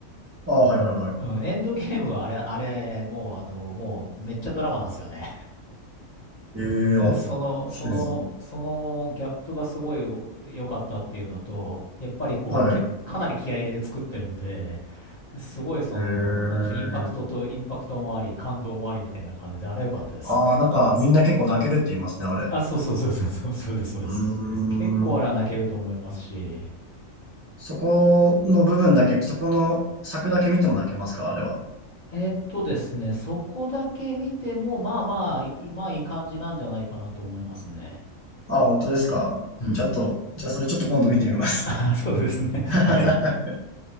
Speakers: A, on the right; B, on the left.
A: ああ、はい、はい、はい。
B: うん、エンドゲームはあれ、あれ、もう、あの、もう、めっちゃドラマなんですよね。
A: ええあ、
B: うんその、
A: そうなんだ。
B: その、そのギャップがすごい良かったっていうのと、やっぱりこう、
A: はい。
B: け、かなり気合い入れて作ってるんで、すごいその、
A: ええ
B: なんでしょう、インパクトとインパクトもあり、感動もありみたいな感じで、あれ良かったです。
A: ああ、なんかみんな結構泣けるって言いますね、あれ。
B: あ、そうそうそうそうそう、そうです、そうです。
A: うーん。
B: 結構あれは泣けると思いますし、
A: そこの部分だけ、そこの作だけ見ても泣けますか、あれは。
B: えーっとですね、そこだけ見ても、まあまあ、いまあいい感じなんじゃないかなと思いますね。
A: ああ、本当ですか。
B: うん。
A: ちょっと、じゃあそれちょっと今度見てみます。
B: <laughs> そうですね。
A: <laughs>
B: はい。